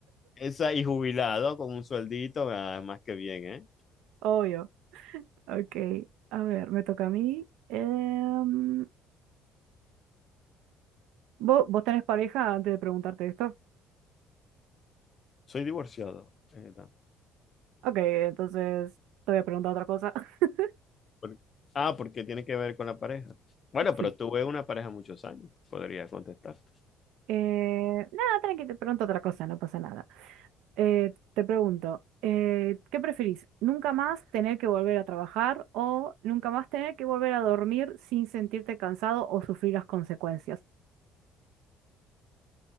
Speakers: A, on the left; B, on the right.
A: Esa y jubilado con un sueldito, ah, más que bien, ¿eh?
B: <laughs> obvio. Ok, a ver, me toca a mí. Em, ¿vo- ¿vos, tenés pareja antes de preguntarte esto?
A: Soy divorciado. eh, ta-
B: Ok, entonces te voy a preguntar otra cosa. <laughs>
A: por- ah, porque tiene que ver con la pareja. Bueno, pero
B: Sí.
A: tuve una pareja muchos años, podría contestarte.
B: Eh, nada, tranqui, te pregunto otra cosa, no pasa nada. Eh, te pregunto, eh, ¿qué preferís? ¿Nunca más tener que volver a trabajar o nunca más tener que volver a dormir sin sentirte cansado o sufrir las consecuencias?